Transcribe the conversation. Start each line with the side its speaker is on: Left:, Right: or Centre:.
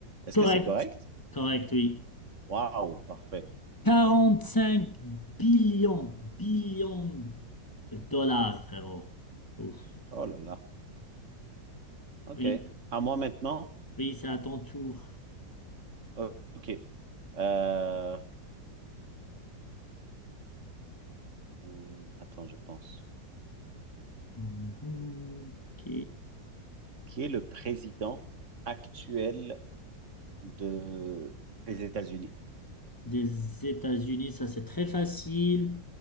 Right: Est-ce
Left: Correct,
Right: que c'est correct?
Left: correct, oui.
Right: Waouh, parfait.
Left: Quarante-cinq billions, billions de dollars, frérot. Ouf.
Right: Oh là là. Ok.
Left: Oui,
Right: À moi maintenant?
Left: oui, c'est à ton tour.
Right: Ok. Euh, hmm, Attends, je pense.
Left: Mhm. Ok.
Right: Qui est le président actuel de... des États-Unis?
Left: Des États-Unis, ça c'est très facile.